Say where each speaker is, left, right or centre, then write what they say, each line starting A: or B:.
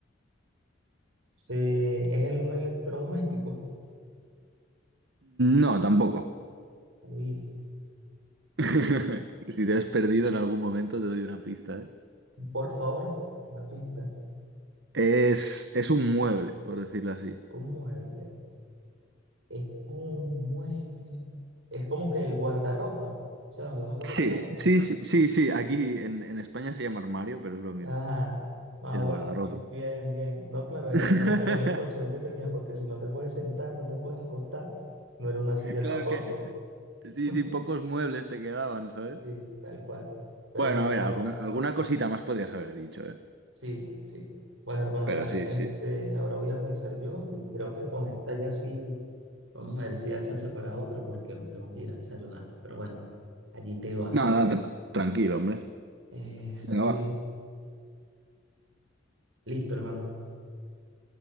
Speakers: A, on the right; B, on the right.
A: se, es el- un electrodoméstico.
B: No, tampoco.
A: Uy,
B: <laughs> Si te has perdido en algún momento, te doy una pista, ¿eh?
A: por favor, una pista.
B: Es, es un mueble, por decirlo así.
A: Un mueble. Es un mueble. Es como que el guardarropa. O sea, donde uno guarda
B: Sí,
A: la ropa.
B: sí, sí, sí, sí. Aquí en, en España se llama armario, pero es lo mismo.
A: Ajá, vamos,
B: Es guardarropa.
A: bien, bien. No, claro, era
B: <laughs>
A: como que la única opción que tenía, porque si no te puedes sentar, no te puedes acostar, no era una silla
B: Claro,
A: tampoco.
B: es que sí,
A: <laughs>
B: sí, pocos muebles te quedaban, ¿sabes?
A: Sí, tal cual. Pero
B: Bueno,
A: bueno,
B: a
A: hermano,
B: ver, alguna, alguna cosita más podrías haber dicho, ¿eh?
A: sí, sí. Bueno, hermano,
B: Pero
A: mira,
B: sí,
A: este,
B: sí.
A: ahora voy a pensar yo y creo que con esta ya sí, vamos a ver si da chance para otra, porque me tengo que ir a desayunar. Pero bueno, allí te vas.
B: No, no, tr- tranquilo, hombre.
A: Este,
B: Venga, va.
A: listo, hermano.